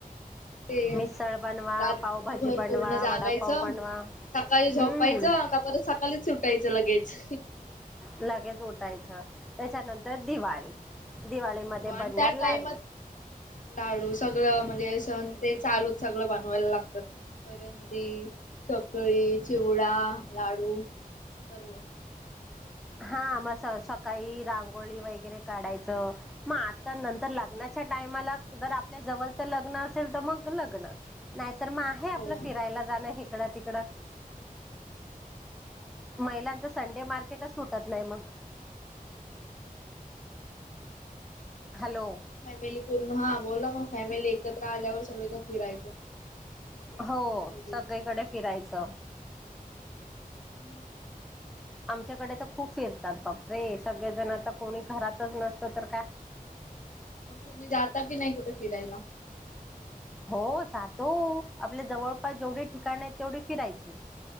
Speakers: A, on the left; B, in the centre.
A: हो ते
B: मिसळ बनवा
A: रात्रभर
B: पावभाजी बनवा
A: पूर्ण जागायचं.
B: वडापाव बनवा
A: सकाळी झोपायचं
B: हम्म
A: का परत सकाळीच सुटायचं लगेच.
B: लगेच उठायचं त्याच्यानंतर दिवाळी. दिवाळीमध्ये
A: हो, आणि
B: बनणार
A: त्या
B: लाडू
A: टायमात लाडू सगळं म्हणजे सण ते चालू सगळं बनवायला लागत. करंजी, चकळी, चिवडा, लाडू सर्व.
B: हा, म सकाळी रांगोळी वगैरे काढायचं मग, आता नंतर लग्ना च्या टायमाला जर आपल्या जवळचं लग्न असेल तर मग लग्न नाहितर मग तर मग आहे आपलं
A: हो.
B: फिरायला जाणं हकडं तिकडं. महिलांचा संडे मार्केटच सुटत नाही मग. हॅलो
A: फॅमिली पूर्ण हा. बोला मग फॅमिली एकत्र आल्यावर सगळी का फिरायचं. एक
B: हो
A: मज्जा वेगळीच.
B: सगळीकडे फिरायचं.
A: म.
B: आमच्याकडे तर खूप फिरतात. बाप रे! सगळेजण आता कोणी घरातच नसतं तर काय.
A: मग तुम्ही जाता की नाही कुठे फिरायला?
B: हो. जातो आपल्या जवळपास जेवढी ठिकाण हाईत तेवढी फिरायची.